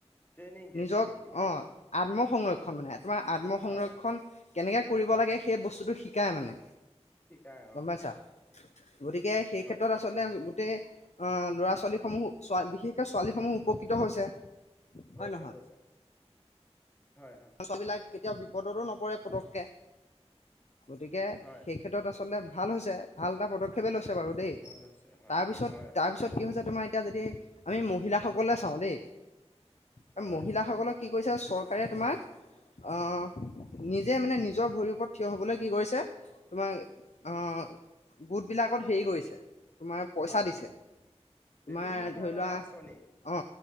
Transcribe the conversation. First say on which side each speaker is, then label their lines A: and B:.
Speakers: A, on the left; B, on the left.
A: ট্ৰেইনিং দিয়ে
B: নিজক
A: ট্ৰেইনিং দিয়ে
B: অ আত্মসংৰক্ষণ মানে, তোমাৰ আত্মসংৰক্ষণ
A: হয় হয়
B: কেনেকে কৰিব লাগে সেই বস্তুটো শিকায় মানে
A: শিকাই
B: গম
A: অ
B: পাইছা, গতিকে সেই
A: হয়
B: ক্ষে আচলতে গোটেই অহ ল'ৰা-ছোৱালীসমূহ বিশেষকে ছোৱালী সমূহ উপকৃত হৈছে।
A: হৈছে,
B: হয় নহয়
A: হৈছে। হয় হয়
B: ছোৱালীবিলাক কেতিয়াও বিপদতো নপৰে পতককে, গতিকে
A: হয়
B: সেই ক্ষেত্ৰত আচলতে ভাল হৈছে, ভাল এটা পদক্ষেপেই লৈছে বাৰু দেই
A: ভাল হৈছে হয়
B: তাৰপিছত
A: হয় হয়
B: তাৰপিছত কি হৈছে তোমাৰ এতিয়া যদি আমি মহিলাসকলে চাওঁ দেই, আমি
A: হয়
B: মহিলাসকলক কি কৰিছে আৰু চৰকাৰে তোমাক অহ নিজে মানে নিজৰ ভৰিৰ ওপৰত থিয় হবলৈ কি কৰিছে তোমাৰ অ গোটবিলাকত হেৰি কৰিছে তোমাৰ পইছা
A: হয়
B: দিছে,
A: হয়
B: তোমাৰ
A: বিভিন্ন ধৰণৰ
B: ধৰি লোৱা
A: আঁচনি
B: অ